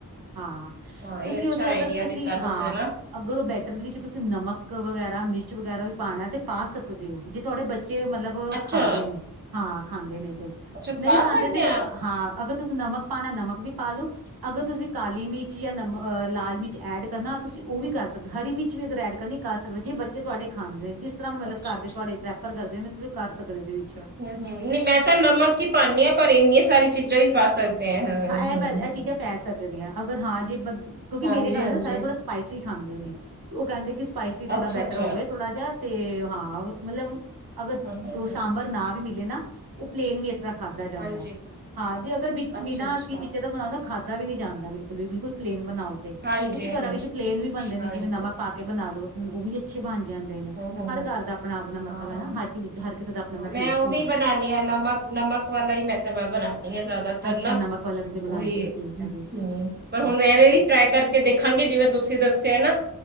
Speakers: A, on the right; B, on the right.
A: ਹਾਂ
B: ਹਾਂ
A: ਤੁਸੀਂ
B: ਇਹ ਅੱਛਾ
A: ਉਹਦੇ
B: ਆਈਡੀਆ
A: ਅਗਰ ਤੁਸੀਂ
B: ਦਿੱਤਾ
A: ਹਾਂ
B: ਨਾ
A: ਅਗਰ ਉਹ ਬੈਟਰ ਦੇ ਵਿੱਚ ਤੁਸੀਂ ਨਮਕ ਵਗੈਰਾ ਮਿਰਚ ਵਗੈਰਾ ਵੀ ਪਾਉਣਾ ਤੇ ਪਾ ਸਕ ਦਿਓ ਜੇ ਤੁਹਾਡੇ ਬੱਚੇ ਮਤਲਬ
B: ਅੱਛਾ
A: ਖਾਂਦੇ ਨੇ ਹਾਂ ਖਾਂਦੇ ਨੇ ਤੇ,
B: ਅੱਛਾ
A: ਨਹੀਂ
B: ਪਾ
A: ਖਾਂਦੇ
B: ਸਕਦੇ
A: ਤੇ ਹਾਂ ਅਗਰ ਤੁਸੀਂ ਨਮਕ ਪਾਉਣਾ ਨਮਕ ਵੀ ਪਾ ਲਓ ਅਗਰ ਤੁਸੀਂ ਕਾਲੀ ਮਿਰਚ ਜਾਂ ਨਮ ਲਾਲ ਮਿਰਚ ਐਡ ਕਰਨਾ ਤੁਸੀਂ ਉਹ ਵੀ ਕਰ ਸਕਦੇ ਹੋ ਹਰੀ ਮਿਰਚ ਵੀ ਅਗਰ ਐਡ ਕਰਨੀ। ਕਰ ਸਕਦੇ ਜੇ ਬੱਚੇ ਤੁਹਾਡੇ ਖਾਂਦੇ ਨੇ ਜਿਸ ਤਰ੍ਹਾਂ
B: ਹਮ
A: ਮਤਲਬ ਘਰ ਤੁਹਾਡੇ ਪ੍ਰੈਫਰ ਕਰਦੇ ਨੇ ਤੁਸੀਂ ਕਰ ਸਕਦੇ ਇਵੇ -
B: ਹਮ ਹਮ ਨਹੀਂ ਮੈਂ ਤਾਂ ਨਮਕ ਹੀ ਪਾਨੀ ਹਾਂ ਪਰ ਇੰਨੀਆਂ ਸਾਰੀ ਚੀਜ਼ਾਂ ਹੀ ਪਾ ਸਕਦੇ ਹਾ-ਹਾ,
A: ਹਾਂ ਇਹ ਪੈ ਇਹ ਚੀਜ਼ਾਂ ਪੈ ਸਕਦੇ ਹਾਂ ਅਗਰ ਹਾਂ ਜੇ ਕਿਉਂਕਿ
B: ਹਾਂਜੀ
A: ਮੇਰੇ ਘਰ
B: ਹਾਂਜੀ
A: ਸਾਰੇ ਥੋੜਾ ਸਪਾਈਸੀ ਖਾਂਦੇ ਨੇ ਉਹ ਕਹਿੰਦੇ ਕਿ ਸਪਾਈਸੀ ਥੋੜ੍ਹਾ
B: ਅੱਛਾ
A: ਬੈਟਰ
B: ਅੱਛਾ
A: ਹੋਵੇ ਥੋੜ੍ਹਾ ਜਿਹਾ ਤੇ ਹਾਂ ਮਤਲਬ ਅਗਰ
B: ਹਮ ਹਮ
A: ਦੋ
B: ਹਮ
A: ਸਾਂਬਰ ਨਾ ਵੀ ਮਿਲੇ ਨਾ ਉਹ ਪਲੇਨ ਵੀ ਇਸ ਤਰ੍ਹਾਂ ਖਾਧਾ ਜਾਂਦਾ
B: ਹਾਂਜੀ
A: ਹੈ ਹਾਂ ਜੇ ਅਗਰ ਬ
B: ਅੱਛਾ
A: ਬਿਨਾ
B: ਅੱਛਾ
A: ਅਸੀਂ ਚੀਜ਼ਾਂ ਦਾ ਬਣਾਉਦਾ ਖਾਧਾ ਵੀ ਨੀ ਜਾਂਦਾ ਬਿਲਕੁਲ ਵੀ ਬਿਲਕੁਲ ਪਲੇਨ ਬਣਾਓੇ ਕੁੱਛ
B: ਹਾਂਜੀ ਹਾਂਜੀ
A: ਘਰਾਂ ਵਿੱਚ ਪਲੇਨ ਵੀ ਬਣਦੇ ਨੇ
B: ਹਾਂਜੀ
A: ਜਿਵੇਂ ਨਮਕ ਪਾ ਕੇ ਬਣਾ ਲੋ ਉਹ ਵੀ ਅੱਛੇ ਬਣ ਜਾਂਦੇ ਨੇ
B: ਹਮ ਹਮ
A: ਹਰ
B: ਹਮ
A: ਘਰ ਦਾ ਆਪਣਾ ਆਪਣਾ ਮਤਲਬ
B: ਹਾਂ
A: ਹੈ
B: ਹਾਂ
A: ਨਾ ਹਰ ਚੀਜ਼ ਹਰ ਕਿਸੇ ਦਾ ਆਪਣਾ ਆਪਣਾ
B: ਮੈਂ
A: ਟੇਸਟ
B: ਉਹ
A: ਹੁੰਦਾ
B: ਵੀ ਬਣਾਣੀ
A: ਵਾ
B: ਹਾਂ ਨਮਕ ਨਮਕ ਵਾਲਾ ਹੀ ਮੈਂ ਤਾਂ ਮੈਂ ਬਣਾਉਦੀ ਹਾਂ ਜ਼ਿਆਦਾ ਤਰਲਾ,
A: ਅੱਛਾ ਨਮਕ ਵਾਲਾ ਤੁਸੀਂ ਬਣਾਉਂਦੇ
B: ਉਹੀ,
A: ਹੋ ਠੀਕ
B: ਹੂ,
A: ਹੈ ਜੀ
B: ਪਰ
A: ਅੱਛਾ
B: ਹੁਣ ਐਵੇਂ ਵੀ ਟਰਾਈ ਕਰ ਕੇ ਦੇਖਾਗੀ ਜਿਵੇਂ ਤੁਸੀਂ ਦੱਸਿਆ ਏ ਨਾ।